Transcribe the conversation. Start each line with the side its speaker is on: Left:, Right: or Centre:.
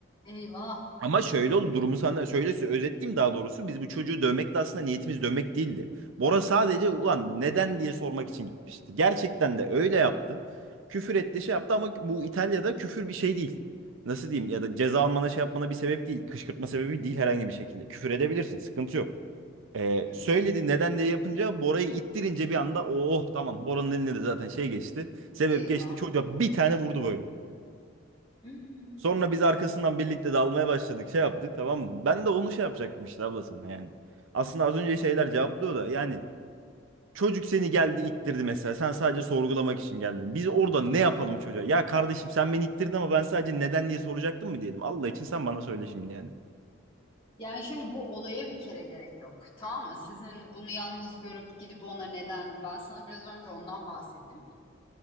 Left: Eyvah.
Right: Ama şöyle oldu durumu sana şöyle sö- özetleyeyim daha doğrusu. Biz bu çocuğu dövmekle aslında niyetimiz dövmek değildi. Bora sadece ulan neden diye sormak için gitmişti. Gerçekten de öyle yaptı. Küfür etti şey yaptı ama bu İtalya'da küfür bir şey değil. Nasıl diyeyim ya da ceza almana şey yapmana bir sebep değil. Kışkırtma sebebi değil herhangi bir şekilde. Küfür edebilirsin sıkıntı yok. Ee,
Left: Hı hı.
Right: söyledi neden diye yapınca Bora'yı ittirince bir anda oh tamam Bora'nın eline de zaten şey geçti. Sebep
Left: Eyvah.
Right: geçti çocuğa bir tane vurdu böyle.
Left: Hmm.
Right: Sonra biz arkasından birlikte dalmaya başladık. Şey yaptık tamam mı? Ben de onu şey yapacaktım işte abla sana yani. Aslında az önce şeyler cevaplıyor da yani çocuk seni geldi ittirdi mesela. Sen sadece sorgulamak için geldin. Biz orada ne yapalım çocuğa? Ya kardeşim sen beni ittirdin ama ben sadece neden diye soracaktım mı diyelim. Allah için sen bana söyle şimdi yani.
Left: Yani şimdi bu olaya bir kere gerek yok. Tamam mı? Sizin bunu yalnız görüp gidip ona neden? Ben sana biraz önce ondan bahsettim.